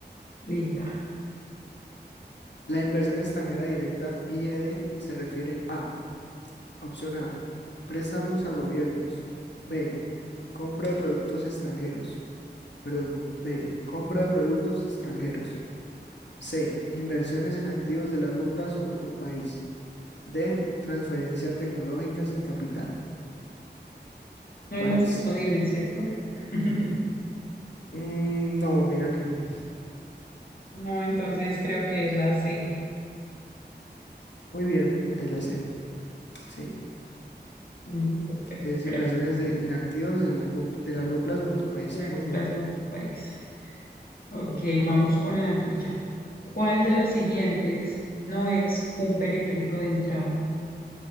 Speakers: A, on the left; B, on the left.
A: lista.
B: La inversión extranjera directa, IED, se refiere a, opción A, préstamos a gobiernos. B, compra de productos extranjeros. Perdón, B, compra de productos extranjeros. C, inversiones en activos de largo plazo en otro país. D, transferencia tecnológica sin capital.
A: No
B: ¿Cuál
A: hay más
B: es?
A: comodines, ¿cierto? <laughs>
B: Mm, no, mira que no.
A: No, entonces creo que es la C.
B: Muy bien, es la C, sí.
A: Mm, perfecto,
B: Es
A: gracias.
B: inversiones de, en activos de largo, de largo plazo en otro país.
A: El largo
B: Muy bien.
A: plazo en otro país. Ok, vamos con la tuya. ¿Cuál de los siguientes no es un periférico de entrada?